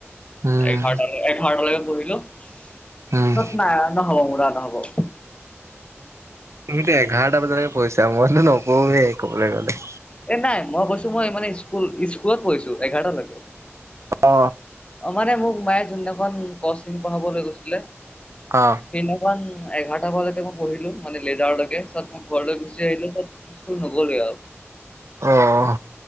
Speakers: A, on the right; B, on the left.
A: উম
B: এঘাৰটালে এঘাৰটালৈকে পঢ়িলো ন
A: উম
B: নহ'ব মৰা নহ'ব
A: তুমিতো এঘাৰটা বজালৈকে পঢ়িছা মইতো নপঢ়োৱে কবলৈ গ'লে
B: এ নাই মই কৈছো মই মানে স্কুল স্কুলত পঢ়িছো এঘাৰটালৈকে
A: অ
B: অ মানে মোক মায়ে যোন দিনাখন ক শ্ৰেণীত পঢ়াবলৈ গৈছিলে
A: অ
B: সেইদিনাখন এঘাৰটা বজালৈকে মই পঢ়িলো মানে লেজাৰলৈকে পিছত মই ঘৰলৈ গুচি আহিলো ত শুন নক'লে আৰু
A: অ অ